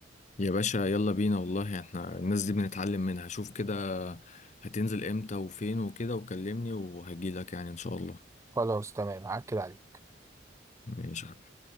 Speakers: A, on the left; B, on the right.
A: يا باشا يلا بينا والله احنا الناس دي بنتعلم منها شوف كده هتنزل امتى وفين وكده وكلمني وهجيلك يعني ان شاء الله
B: خلاص تمام هاكد عليك
A: ماشي